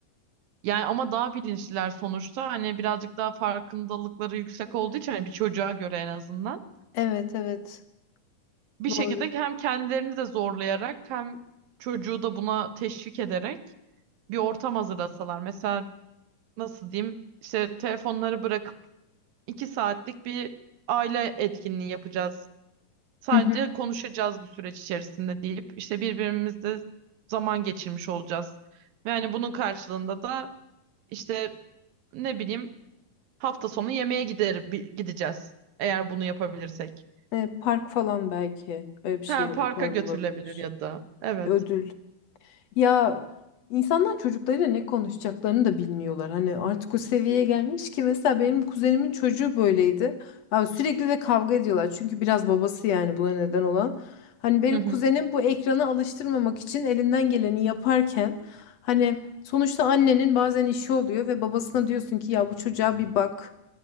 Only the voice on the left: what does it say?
Evet evet
doğru.
Hı hı.
E, park falan belki öyle bir şey
o tarz
olabilir.
Ödül. Ya insanlar çocuklarıyla ne konuşacaklarını da bilmiyorlar. Hani artık o seviyeye gelmiş ki mesela benim kuzenimin çocuğu böyleydi. Abi sürekli de kavga ediyorlar. Çünkü biraz babası yani buna neden olan. Hani benim
kuzenim bu ekrana alıştırmamak için elinden geleni yaparken hani sonuçta annenin bazen işi oluyor ve babasına diyorsun ki ya bu çocuğa bir bak.